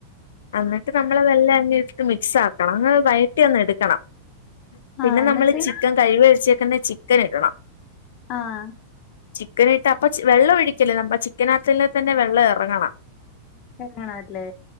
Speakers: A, on the left (about 80°); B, on the left (about 40°).
A: അന്നിട്ട് നമ്മൾ വെല്ല അങ്ങ് ഇട്ട്ട് മിക്സ് ആക്കണം ഒന്ന് വയറ്റി ഒന്ന് എടുക്കണം
B: ആ
A: പിന്നെ
B: എന്നിട്ട്
A: നമ്മള്
B: പിന്നെ
A: ചിക്കൻ
B: ന-
A: കഴിവ്ഴിച്ചേക്കന്നെ ചിക്കൻ ഇടണം
B: ആഹ്
A: ചിക്കൻ ഇട്ട് അപ്പ വെള്ളം ഒഴിക്കല്ലേ നമ്മ ചിക്കനാത്തില്ലെ തന്നെ വെള്ളം എറങ്ങണം
B: <unintelligible> ല്ലേ